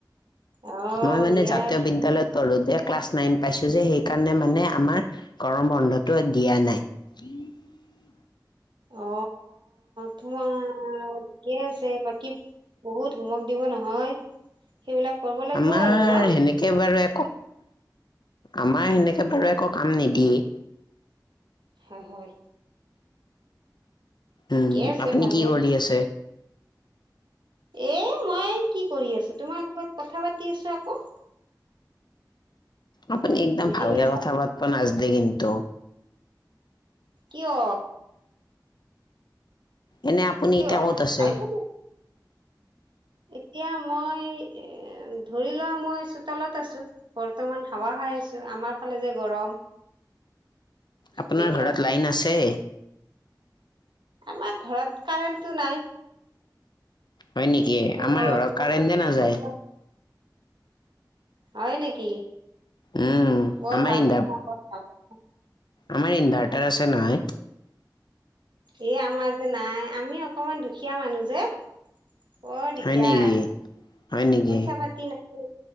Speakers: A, on the right (about 85°); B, on the left (about 70°).
A: অ
B: মই মানে
A: দিয়া
B: জাতীয়
A: ঠিকেই
B: বিদ্যালয় পঢ়োঁতে ক্লাছ নাইন পাইছোঁ যে, সেইকাৰণে মানে আমাৰ গৰম বন্ধটো দিয়া নাই। উ <unintelligible>
A: অ, তুম <unintelligible> ঠিকে আছে বাকী বহুত হোমৱৰ্ক দিব নহয়? সেইবিলাক কৰিব লাগিব
B: আমাৰ
A: আৰু ন
B: সেনেকে বাৰু একো আমাৰ সেনেকে বাৰু একো কাম নিদিয়েই।
A: হয়, হয়, ঠিকে
B: উম,
A: আছে
B: আপুনি
A: ভালে
B: কি কৰি আছে?
A: এ মই কি কৰি আছোঁ, তোমাৰ লগত কথা পাতি আছোঁ আকৌ।
B: আপুনি একদম
A: বুজি
B: ভালকে
A: পাইছা
B: কথা পাতব নাজানে কিন্ত।
A: কিয়?
B: এনে আপুনি
A: কিয়
B: এতিয়া ক'ত আছে?
A: ভালকে এতিয়া মই এ, ধৰি লোৱা মই চোতালত আছো বৰ্তমান, হাৱা পাইছোঁ, আছো আমাৰ ফালে যে গৰম।
B: আপোনাৰ
A: সেইকাৰণে
B: ঘৰত লাইন আছে?
A: আমাৰ ঘৰত কাৰেণ্টটো নাই।
B: হয় নেকি?
A: পোহৰ
B: আমাৰ ঘৰত
A: মানে
B: কাৰেণ্টেই নাযায়।
A: হয় নেকি?
B: উম
A: বৰ
B: আমাৰ
A: ভাল
B: ইনভা
A: <unintelligible>
B: আমাৰ ইনভাৰ্টাৰ আছে নহয়।
A: এ আমাৰ যে নাই আমি অকমান দুখীয়া মানুহ যে বৰ দিগদাৰ
B: হয় নেকি হয় নেকি
A: পইচা পাতি নাই